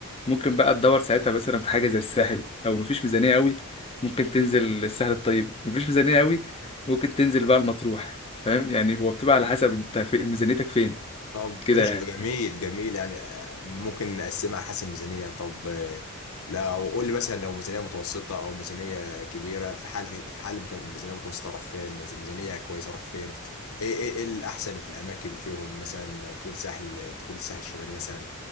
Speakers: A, on the left; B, on the left.
A: ممكن بقى تدور ساعتها مثلا في حاجه زي الساحل لو مفيش ميزانيه قوي ممكن تنزل الساحل الطيب مفيش ميزانيه قوي ممكن تنزل بقى المطروح فاهم يعني هو بتبقى على حسب انت في ميزانيتك فين
B: طب
A: كده
B: قشطه جميل
A: يعني
B: جميل يعني آه، ممكن نقسمها على حسب ميزانيه طب آه، لو قول لي مثلا لو ميزانيه متوسطه او ميزانيه كبيره في حال في حال مت- ميزانيه متوسطه اروح فين ميز- ميزانيه كويسه اروح فين ايه ايه إيه الاحسن في الاماكن فيهم مثلا تقول ساحل تقول الساحل الشمالي مثلا